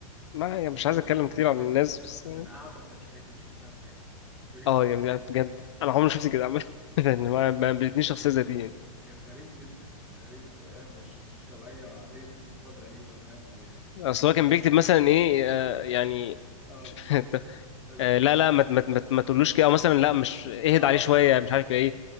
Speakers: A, on the left; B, in the centre.
A: ما يعني مش
B: من
A: عايز اتكلم
B: من
A: كتير عن
B: من
A: الناس
B: من
A: بس
B: من اعبث الحاجات اللي شفتها في حياتي بجد
A: اه يعني بجد انا عمري ما شفت كده عامه <laughs> يعني ما ما قابلتنيش شخصيه زي دي يعني
B: كان غريب جدا كان غريب بطريقه مش مش طبيعيه وعليه تصرفات غريبه فاهم و
A: اصل
B: و
A: هو كان بيكتب مثلا ايه آه يعني
B: اه
A: <laughs>
B: اه
A: آه لا لا ما ما ما ما تقولوش كده او مثلا لا مش اهد
B: آه،
A: عليه شويه مش عارف ايه